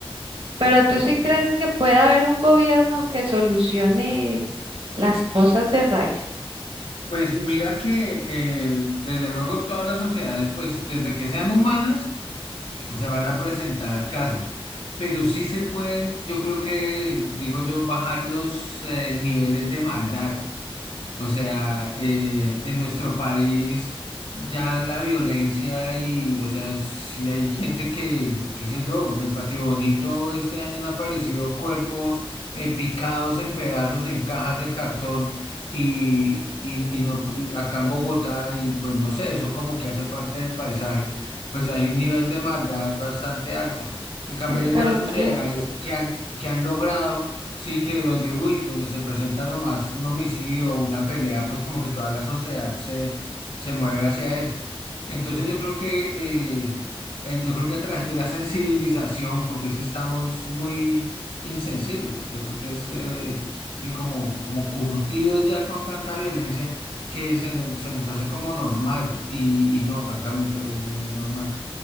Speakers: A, on the right; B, on the left.
A: Pero ¿tú sí crees que puede haber un gobierno que solucione las cosas de raíz?
B: Pues mira que eh, desde luego todas las sociedades, pues desde que sean humanas, se van a presentar casos, pero sí se pueden, yo creo que, digo yo, bajar los eh, niveles de maldad. O sea, eh, en nuestro país ya la violencia y, o sea, si hay gente que, qué sé yo, en Patio Bonito este año han aparecido cuerpos eh, picados en pedazos en cajas de cartón y, y, y no, y acá en Bogotá y pues no sé, eso como que hace parte del paisaje, pues hay
A: Mm,
B: un nivel de maldad bastante alto. En cambio,
A: Escalofriante.
B: hay otras sociedades que han, que han logrado Sí, que donde, uy, donde se presenta nomás un homicidio o una pelea, pues como que toda la sociedad se, se mueve hacia eso. Entonces yo creo que, eh, eh, yo creo que a través de la <laughs> sensibilización, porque es que estamos muy insensibles, yo creo que es, eh, sí, como, como curtidos ya con tanta violencia que se, nos- se nos hace como normal y, y no, francamente, obvio, no es normal.